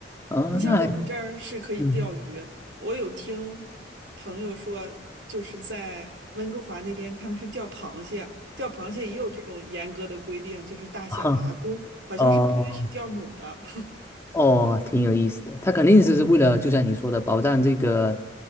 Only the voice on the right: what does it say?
你像我们这儿是可以钓鱼，
我有听朋友说，就是在温哥华那边，他们是钓螃蟹，钓螃蟹也有这种严格的规定，就是大小啊，
公好像是不允许钓母的。
<laughs>